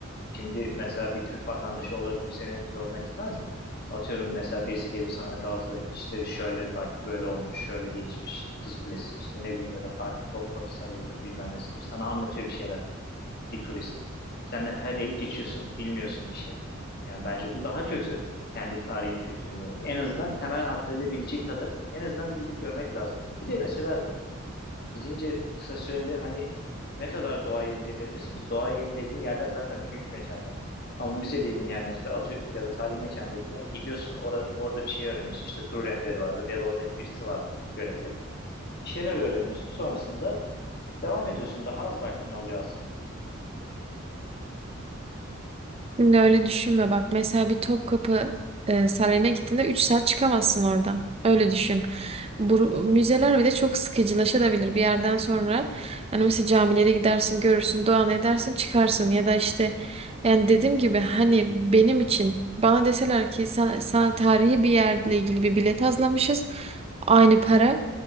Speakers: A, on the left; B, on the right.
A: Şimdi mesela bir Türk vatandaşı olarak bu senin zoruna gitmez mi? Atıyorum mesela birisi gelir sana Galatasaray işte şöyle bak böyle olmuş, şöyle gelişmiş işte Kız Kulesi işte ne bileyim ya da farklı Topkapı Sarayı'dır bilmem nesidir. Sana anlatıyor bir şeyler bir turist. Sen de he deyip geçiyorsun. Bilmiyorsun bir şey. Yani bence bu daha kötü. Kendi tarihini, kültürünü bilmiyoruz. En azından temel hatlarıyla bilecek kadar en azından bir gidip görmek lazım. Bir de mesela gidince kısa süreli hani ne kadar doğa yeri gezebilirsin ki? Doğa yeri dediğin yerler zaten büyük mekanlar. Ama müze dediğin yer mesela atıyorum ya da tarihi mekan dediğin yer gidiyorsun or orada bir şey öğreniyorsun. İşte tur rehberi vardır ya da oradaki birisi vardır görevli. Bir şeyler öğreniyorsun sonrasında devam ediyorsun. Daha az vaktini alıyor aslında.
B: Şimdi öyle düşünme bak. Mesela bir Topkapı e, Sarayı'na gittiğinde 3 saat çıkamazsın oradan. Öyle düşün. Bu, müzeler bir de çok sıkıcılaşabilir bir yerden sonra. Hani mesela camilere gidersin, görürsün, dua edersin, çıkarsın. Ya da işte yani dediğim gibi hani benim için bana deseler ki sana, sana tarihi bir yerle ilgili bir bilet hazırlamışız. Aynı para.